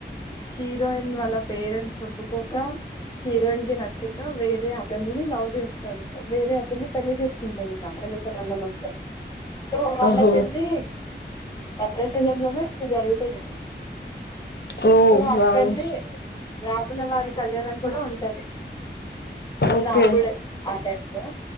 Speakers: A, on the left; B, on the left.
A: హీరోయిన్ వాళ్ల పేరెంట్స్ చెప్పుకోక హీరోయిన్ కి నచ్చక వేరే అతడిని లవ్ చేస్తాది వేరే అతని పెళ్లి చేసుకుంటది ఇంకా పెళ్లి సంబంధం వస్తే సో వాల
B: ఓహో
A: పెద్ది భద్రాచలంలోన సొ జరుగుతది
B: ఓ
A: సొ అక్కడినే
B: వావ్
A: రాముల వారి కళ్యాణం కూడా ఉంది ఉంటాది ఇంకా
B: ఓకే
A: అప్పుడే ఆ టైంలో